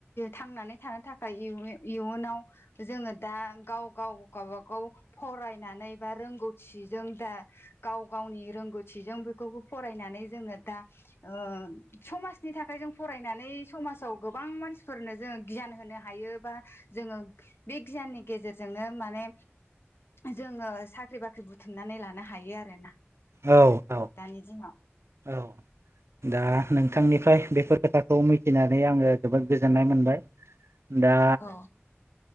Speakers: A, on the left; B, on the right.
A: थांनानै थानो थाखाय इयुनाव जोङो दा गाव गाव गावबा गाव फरायनानै बा रोंगौ थिजों दा गाव गावनि रोंगौथिजों बेखौबो फरायनानै जोङो दा ओ ओन समाजनि थाखाय जों फरायनानै समाजाव गोबां मानसिफोरनो जों गियान होनो हायो बा बा जोङो बे गियाननि गेजेरजोंनो माने जोङो साख्रि बा ख्रि बुथुमनानै लानो हायो आरोना
B: औ औ
A: दानि दिनाव
B: औ दा नोंथांनिफ्राय बेफोर खोथाखौ मिथिनानै आङो जोबोद गोजोननाय मोनबाय दा
A: औ